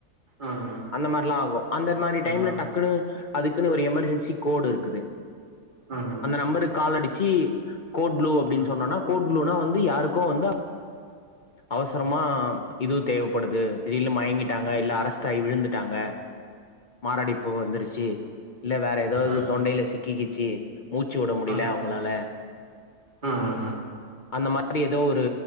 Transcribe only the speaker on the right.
ம் ம்
ம்
ஆஹ் ஆஹ்
ம்
ம்
ம்
ம் ம் ம் ம் ம்
ம்
ம் ம் ம்